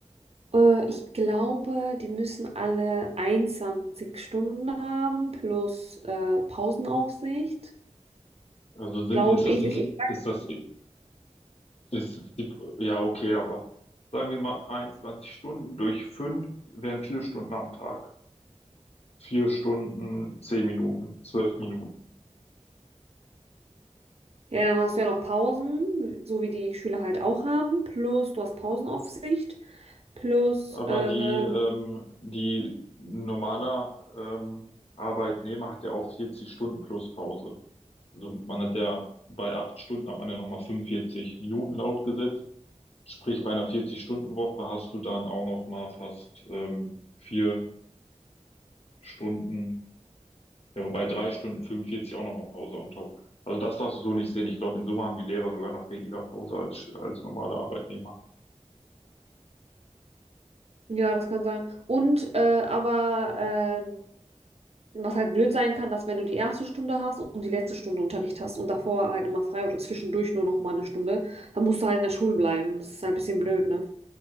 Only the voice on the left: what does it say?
Also sind,
ist das,
ink-
ist das, ist die, ja, okay, aber sagen wir mal 21 Stunden durch fünf wären vier Stunden am Tag. vier Stunden, zehn Minuten, zwölf Minuten.
Aber
die, ähm, die normaler ähm, Arbeitnehmer hat ja auch 40 Stunden plus Pause. Also man hat ja bei acht Stunden hat man ja nochmal 45 Minuten laut Gesetz. Sprich, bei einer vierzig stunden woche hast du dann auch nochmal fast ähm, vier Stunden, ja, wobei drei Stunden fünfundvierzig auch nochmal Pause on top. Also das darfst du so nicht sehen. Ich glaube, in Summe haben die Lehrer sogar noch weniger Pause als, als normale Arbeitnehmer.